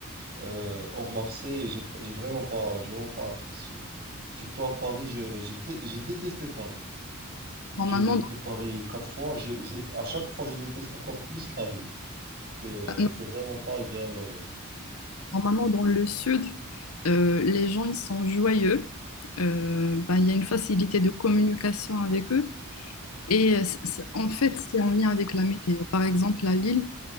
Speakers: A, on the right; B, on the left.
A: euh, hors Marseille et j'ai, pas- j'ai vraiment pas, j'ai vraiment pas apprécié. Surtout à Paris, j'ai, j'ai, dé- j'ai détesté Paris. J'ai
B: Normalement,
A: visité Paris quatre fois, j'ai, j'ai, à chaque fois, je déteste encore plus la ville. C'est,
B: dans,
A: c'est vraiment pas agréable à voir.
B: normalement, dans le sud, euh, les gens ils sont joyeux. Euh, bah, il y a une facilité de communication avec eux. Et euh, c'est- c'est- en fait, c'est en lien avec la météo. Par exemple, à Lille,